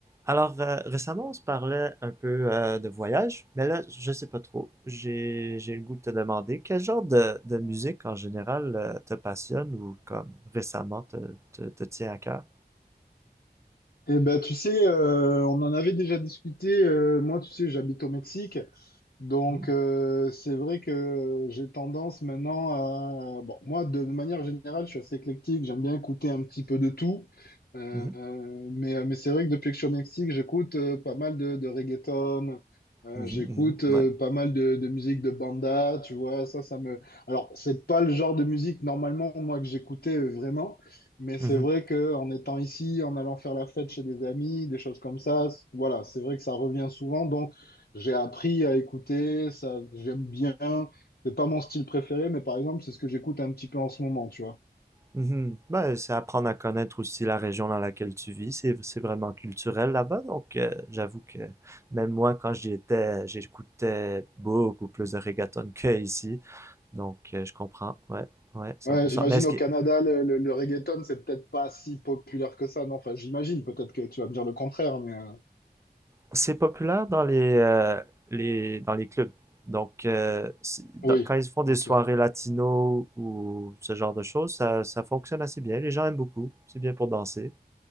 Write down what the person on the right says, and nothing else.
Alors, euh, récemment, on se parlait un peu euh, de voyage, mais là, je sais pas trop. J'ai, j'ai le goût de te demander quel genre de, de musique en général euh, te passionne ou comme récemment te, te, te tient à cœur.
Hmm.
Mhm.
Mhm.
Mhm.
Ouais.
Mhm.
Mhm. Ben, c'est apprendre à connaître aussi la région dans laquelle tu vis. C'est, c'est vraiment culturel là-bas, donc euh, j'avoue que même moi, quand j'y étais, j'écoutais beaucoup plus de reggaeton que ici, donc euh, je comprends. Ouais. Ouais, 100%.
Mais est-ce
que,
C'est populaire dans les, euh, les, dans les clubs. Donc, euh, c'est- dans-
quand ils font des
soirées latino ou ce genre de choses, ça, ça fonctionne assez bien. Les gens aiment beaucoup. C'est bien pour danser.